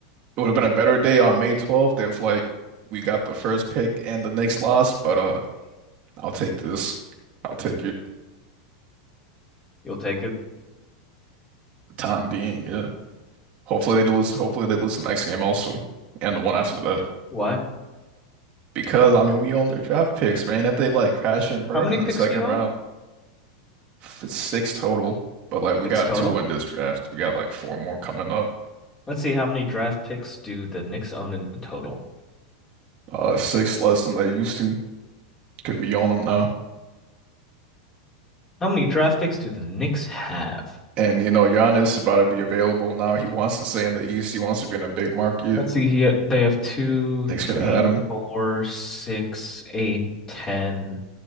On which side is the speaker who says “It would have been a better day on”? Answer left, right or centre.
Right